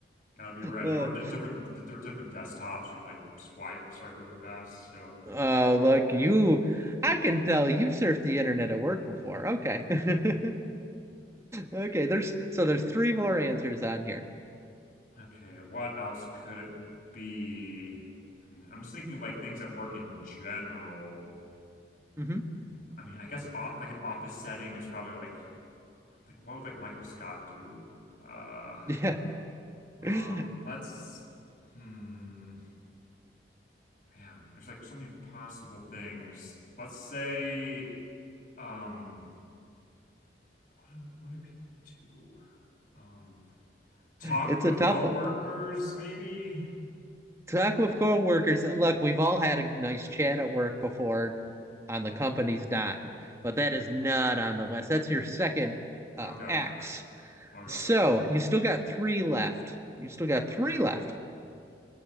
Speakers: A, on the left; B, on the right.
A: Gotta be ready.
B: Uh,
A: Or d different d different desktops. You can like swipe swipe really fast. So
B: uh, look, you, I can tell you've surfed the internet at work before.
A: <laughs>
B: Okay. <laughs> Okay, there's so there's three more answers on here.
A: Okay, what else could it be? Mm, I'm just thinking of like things that work in general.
B: Mhm.
A: Mm, I mean, I guess off, like an office setting is probably like like what would like Michael Scott do? Uh,
B: <laughs> Yeah.
A: um,
B: Mhm.
A: let's hmm, man, there's like so many possible things. Let's say um, what do what do people do? Um, talk
B: It's
A: with
B: a tough
A: coworkers,
B: one.
A: maybe?
B: Talk with coworkers. Look, we've all had a nice chat at work before on the company's dime, but that is not on the list. That's your second uh,
A: Okay,
B: X.
A: okay.
B: So you still got three left. You still got three left.